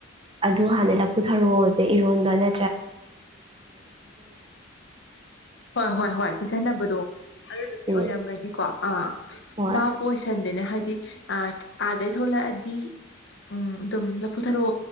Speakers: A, on the right; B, on the left.
A: ꯑꯗꯨ ꯍꯥꯟꯅꯗ ꯄꯨꯊꯔꯛꯑꯣꯁꯦ ꯏꯔꯣꯟꯕꯅ
B: ꯍꯣꯏ ꯍꯣꯏ ꯄꯤꯖꯟꯅꯕꯗꯣ ꯑꯗꯨꯗꯨꯒꯤ
A: ꯎꯝ
B: ꯑꯣꯏꯔꯝꯒꯅꯤꯀꯣ ꯑꯥ
A: ꯍꯣꯏ
B: ꯚꯕꯥ ꯄꯣ ꯑꯣꯏꯁꯟꯗꯦ ꯍꯥꯏꯗꯤ ꯑꯥꯗꯩ ꯊꯣꯛꯂꯛꯑꯗꯤ ꯎꯝ ꯑꯗꯨꯝ ꯂꯐꯨꯊꯔꯣ